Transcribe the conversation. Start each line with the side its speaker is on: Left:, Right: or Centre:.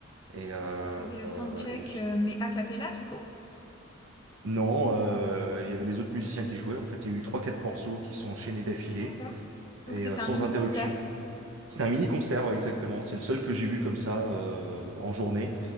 Right: Et, euh,
Left: Ça faisait le
Right: euh,
Left: soundcheck,
Right: et je-
Left: euh, mais a cappella du coup.
Right: Non, euh, il y avait les autres musiciens qui jouaient. En fait, il y a eu trois, quatre morceaux qui sont enchaînés d'affilée.
Left: D'accord. Donc
Right: et
Left: c'était
Right: euh, sans
Left: un mini-concert.
Right: interruption. C'était un mini-concert, ouais, exactement. C'est le seul que j'ai vu comme ça euh, en journée.